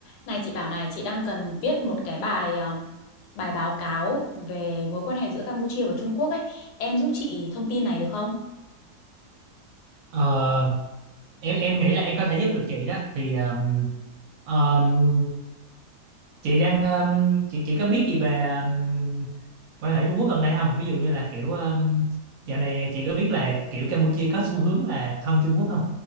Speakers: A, on the left (about 75°); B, on the right (about 65°).
A: Này chị bảo này, chị đang cần viết một cái bài ờ, bài báo cáo về mối quan hệ giữa Campuchia và Trung Quốc ấy. Em giúp chị thông tin này được không?
B: Ờ, em em nghĩ là em có thể giúp được chị đó thì ờm, ờm, chị đang ờm, chị chị có biết gì về ờm, quan hệ Trung Quốc gần đây không? Ví dụ như là kiểu ờm, dạo này chị có biết là kiểu Campuchia có xu hướng là thân Trung Quốc không?